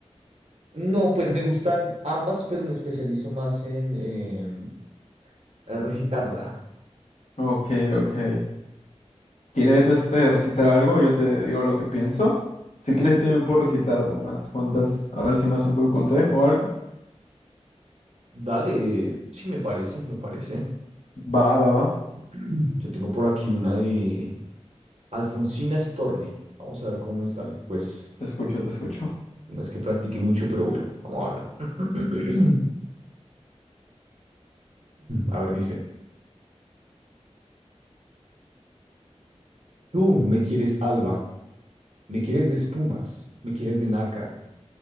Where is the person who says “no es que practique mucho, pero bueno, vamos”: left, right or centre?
Right